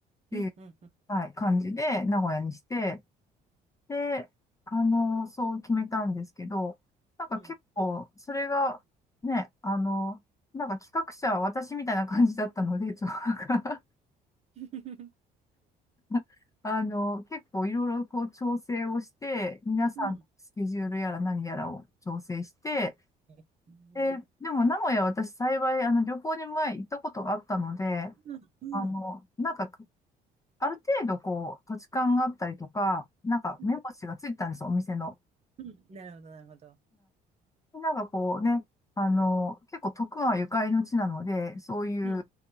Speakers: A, on the left (about 20°); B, on the right (about 40°).
A: ていう、
B: うん、うん、うん。
A: はい、感じで、名古屋にして、で、あの、そう決めたんですけど、なんか結構、
B: うん。
A: それが、ね、あの、なんか企画者は私みたいな感じだったので、ちょっとなんか
B: <laughs>
A: <laughs> あの、結構いろいろこう調整をして、皆さんのスケジュールやら何やらを調整して、
B: うんえね
A: で、でも名古屋私幸い、あの、旅行に前行ったことがあったので、
B: うん、
A: あの、
B: うん、
A: なんか、ある程度こう、土地勘があったりとか、なんか目星がついてたんですよ、
B: うん。
A: お店の。
B: うんなるほど、なるほど。
A: なんかこうね、あの、結構徳川ゆかりの地なので、そういう、
B: うん。